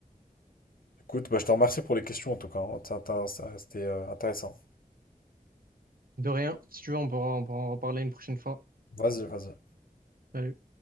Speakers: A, on the left (about 70°); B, on the right (about 75°).
A: Écoute, bah, je te remercie pour les questions en tout cas. hein. C'est intér- ça- C'était euh, intéressant.
B: De rien. Si tu veux, on pourra, on pourra en reparler une prochaine fois.
A: Vas-y, vas-y.
B: Salut.